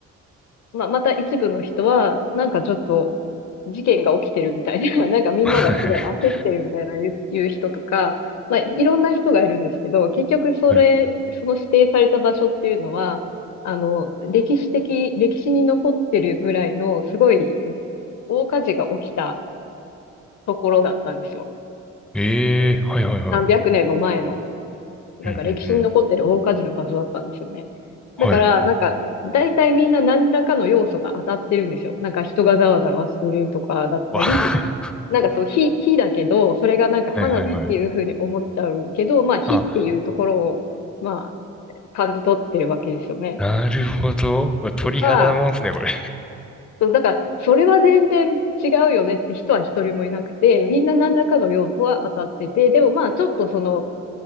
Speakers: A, on the left (about 65°); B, in the centre.
A: まあ、また一部の人は、なんかちょっと、事件が起きてるみたいな、<laughs> なんかみんながすごい焦ってるみたいな言う、
B: <laughs> はい
A: 言う人とか、まあ、いろんな人がいるんですけど、結局それ、
B: はい。
A: その指定された場所っていうのは、あの、歴史的、歴史に残ってるぐらいの、すごい大火事が起きたところだったんですよ。
B: ええ、
A: その
B: はいはいはい。
A: 何百年も前の。なんか歴史に残ってる大火事の場所だったんですよね。
B: うんうんうん。はい。
A: だから、
B: う
A: なんか、大体みんな何らかの要素が当たってるんですよ。なんか人がざわざわしてるとかだったり、
B: わ。<laughs> は
A: なんかそう、火、火だけど、それがなんか花火っていうふうに思っちゃうけど、
B: いはいはい。
A: まあ火っていうところを、
B: あ、
A: まあ、感じ取ってるわけですよね。
B: なるほど。鳥肌もんですね、
A: とか、
B: これ。
A: そうだから、それは全然違うよねって人は一人もいなくて、みんな何らかの要素は当たってて、でもまあちょっとその、